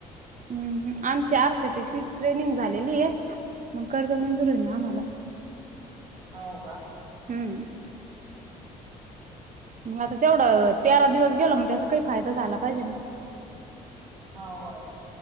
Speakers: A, on the right (about 40°); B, on the right (about 85°).
A: हम्म आमची आर सी टीची ट्रेनिंग झालेली आहे, मग कर्ज मंजूर होईल ना आम्हाला.
B: हाव का
A: हम्म मग आता तेवढं तेरा दिवस गेल मग त्याचा काही फायदा झाला पाहिजे ना.
B: हाव हाव